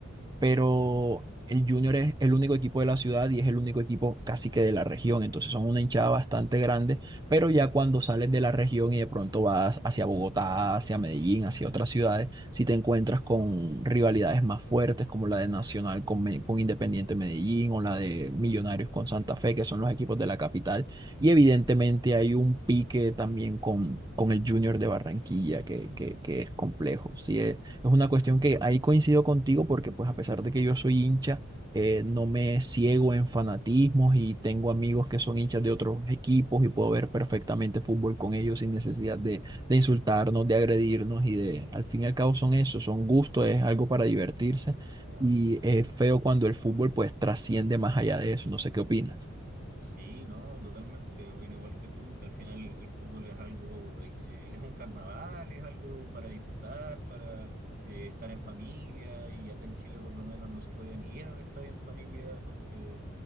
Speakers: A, on the right (about 20°); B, on the right (about 40°).
A: pero el Junior es el único equipo de la ciudad y es el único equipo casi que de la región, entonces son una hinchada bastante grande, pero ya cuando sales de la región y de pronto vas hacia Bogotá, hacia Medellín, hacia otras ciudades, si te encuentras con rivalidades más fuertes como la de Nacional con, Me- con Independiente Medellín o la de Millonarios con Santa Fe, que son los equipos de la capital, y evidentemente hay un pique también con, con el Junior de Barranquilla que, que, que es complejo, sí, eh, es una cuestión que ahí coincido contigo porque pues a pesar de que yo soy hincha, eh, no me ciego en fanatismos y tengo amigos que son hinchas de otros equipos y puedo ver perfectamente fútbol con ellos sin necesidad de, de insultarnos, de agredirnos y de, al fin y al cabo son eso, son gustos, es algo para divertirse
B: Ah,
A: y es feo cuando el fútbol pues trasciende más allá de eso, no sé qué opinas.
B: Sí, no, totalmente. Opino igual que tú, que al final el fútbol es algo, eh, eh, es un carnaval, es algo para disfrutar, para eh, estar en familia. Y acá en Chile, por lo menos, no se puede ni ir al estadio en familia porque